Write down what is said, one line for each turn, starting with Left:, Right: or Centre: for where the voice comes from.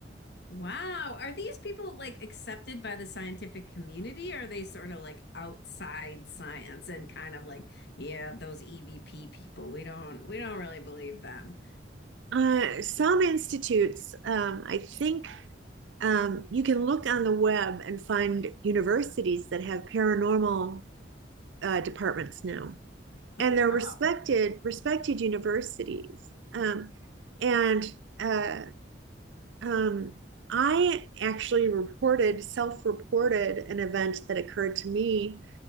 Left: Wow. Are these people like accepted by the scientific community? Or are they sort of like outside science and kind of like, yeah, those EVP people, we don't we don't really believe them.
Right: Uh, some institutes, um, I think um, you can look on the web and find universities that have paranormal uh, departments now,
Left: Oh,
Right: and they're respected
Left: wow.
Right: respected universities. Um, and uh, um, I actually reported self reported an event that occurred to me,